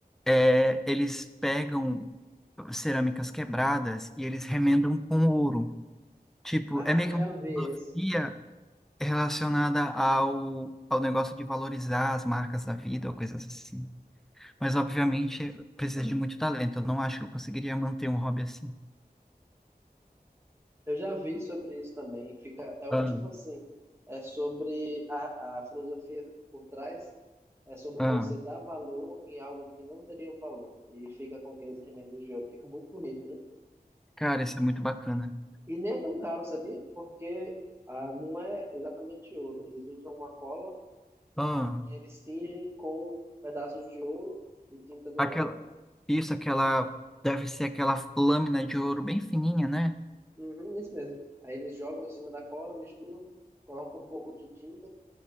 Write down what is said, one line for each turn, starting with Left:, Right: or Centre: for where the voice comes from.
Centre: É, eles pegam cerâmicas quebradas e eles remendam com ouro. Tipo,
Right: Ah,
Centre: é meio
Right: eu
Centre: que
Right: já
Centre: uma
Right: vi
Centre: filosofia
Right: esse.
Centre: relacionada ao, ao negócio de valorizar as marcas da vida ou coisas assim. Mas, obviamente, precisa de muito talento. Eu não acho que eu conseguiria manter um hobby assim.
Right: Eu já vi sobre isso também. Fica, é uma-
Centre: Ah,
Right: tipo assim, é sobre a, a filosofia por trás, é sobre
Centre: ah,
Right: você dar valor em algo que não teria valor. E fica com aqueles remendos de ouro. Fica muito bonito, né?
Centre: cara, isso é muito bacana.
Right: E nem é tão caro, sabia? Porque ah, não é exatamente ouro. Eles usam uma cola
Centre: Ah,
Right: que eles tingem com pedaços de ouro e tinta dourada.
Centre: aquela, isso, aquela, deve ser aquela lâmina de ouro bem fininha, né?
Right: Uhum, isso mesmo. Aí eles jogam em cima da cola, misturam, colocam um pouco de tinta